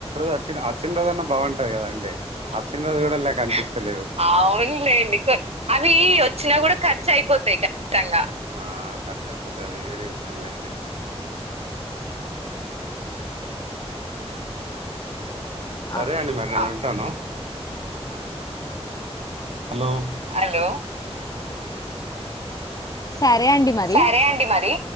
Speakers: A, on the right; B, on the left.
A: అచ్చిన అచ్చిన రోజు అన్నా బాగుంటాది కదాండి అచ్చిన రోజు కూడా లే అవునులేండి అవి వచ్చినా కూడా ఖర్చు అయిపోతాయి ఖచ్చితంగా ఆ ఖర్చు అయిపోతది అది వేరే విషయం లేండి సరే
B: ఆ,
A: అండి మరి నేను వుంటాను హలో హలో
B: సరే అండి మరి
A: సరే అండి మరి